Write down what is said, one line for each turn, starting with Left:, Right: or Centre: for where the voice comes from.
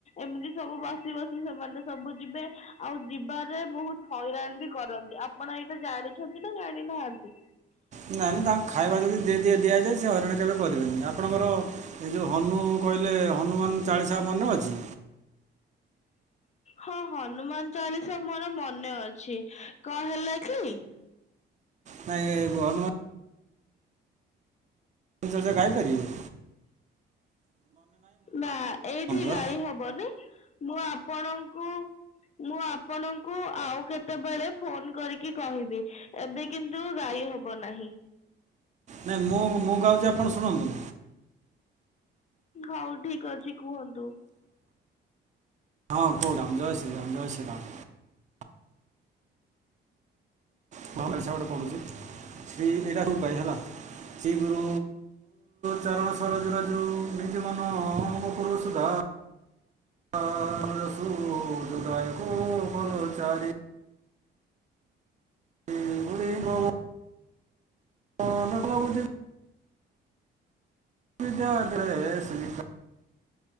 Left: ଏମିତି ସବୁ ବସି ବସି ସେମାନେ ସବୁ ଯିବେ। ଆଉ ଯିବାରେ ବହୁତ ହଇରାଣ ବି କରନ୍ତି ଆପଣ ଏଇଟା ଜାଣିଛନ୍ତି ନା ଜାଣିନାହାନ୍ତି।
Right: ନାଇଁ ନାଇଁ ତାଙ୍କୁ ଖାଇବା ଯଦି ଦି ଦିଆଯାଏ ସେ ହଇରାଣ କେବେ କରିବେନି ଆପଣଙ୍କର ଏଇ ଯୋଉ ହନୁ କହିଲେ ହନୁମାନ ଚାଳିଶା ମନେ ଅଛି।
Left: ହଁ ହନୁମାନ ଚାଳିଶା ମୋର ମନେ ଅଛି କଣ ହେଲା କି?
Right: ନାଇଁ ହନୁମାନ ଚାଳିଶା ଗାଇପାରିବ।
Left: ନା ଏଇଠି
Right: ହେଲା
Left: ଗାଈ ହବନି ମୁଁ ଆପଣଙ୍କୁ ମୁଁ ଆପଣଙ୍କୁ ଆଉ କେତେବେଳେ ଫୋନ କରିକି କହିବି ଏବେ କିନ୍ତୁ ଗାଇ ଇ ହବ ନାହିଁ।
Right: ନାଇଁ ମୁଁ ମୁଁ ଗାଉଛି ଆପଣ ଶୁଣନ୍ତୁ।
Left: ହଉ ଠିକ ଅଛି କୁହନ୍ତୁ।
Right: ହେଁ କହୁଛି ଜୟ ଶ୍ରୀରାମ୍ ଜୟ ଶ୍ରୀରାମ୍। ଭଲସେ ଗୋଟେ ପଢ଼ୁଛି ଶ୍ରୀ ଏଇଟା <unintelligible> ହେଲା। ଶ୍ରୀ ଗୁରୁ ଚରଣ ସରୋଜ ରଜୁ ନିଜ ମନ ମକୁରୁ ସୁଧାରି ଆ ରସୁ ଯୋଦାୟକ ଫଲ ଚାରି। ଶ୍ରୀ ଗୁରୁ ଦେବ <unintelligible> ବିଦ୍ୟା ଦେ <unintelligible>